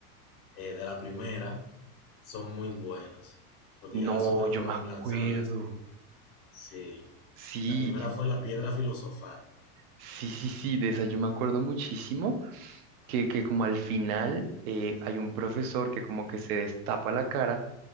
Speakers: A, on the left; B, on the right.
A: eh, de la primera son muy buenos, porque
B: No,
A: ya las otras
B: yo
A: fueron
B: me acuerdo.
A: lanzadas, sí.
B: Sí,
A: La primera fue La Piedra Filosofal.
B: sí, sí, sí, de esa yo me acuerdo muchísimo que, que como al final eh, hay un profesor que como que se destapa la cara,